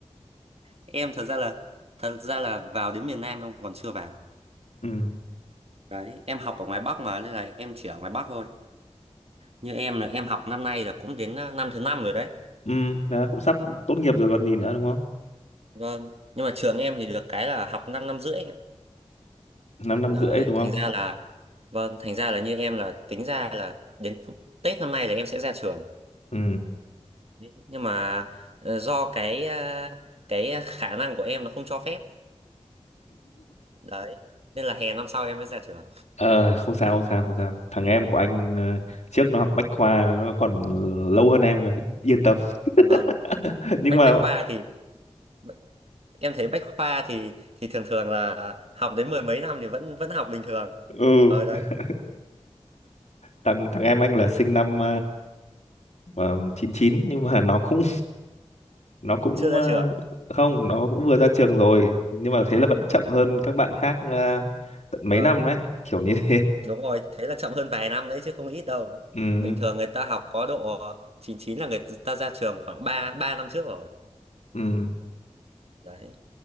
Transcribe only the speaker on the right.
em thật ra là thật ra là vào đến miền Nam em còn chưa vào
đấy em học ở ngoài Bắc mà nên là em chỉ ở ngoài Bắc thôi như em là em học năm nay là cũng đến à, năm thứ năm rồi đấy
vâng nhưng mà trường em thì được cái là học 5 năm năm rưỡi
đấy
thành
ra là vâng thành ra là như em là tính ra là đến Tết năm nay là em sẽ ra trường
Đấy, nhưng mà ờ, do cái ờ, cái khả năng của em nó không cho phép đấy nên là hè năm sau em mới ra trường
vâng
bách
bách khoa thì bách- em thấy bách khoa thì thì thường thường là học đến mười mấy năm thì vẫn vẫn học bình thường
ở đấy
chưa ra
trường
à,
à.
vâng
Đúng rồi, thế là chậm hơn vài năm đấy chứ không ít đâu.
Bình thường người ta học có độ chín chín là người ta ra trường khoảng 3 3 năm trước rồi.
Đấy.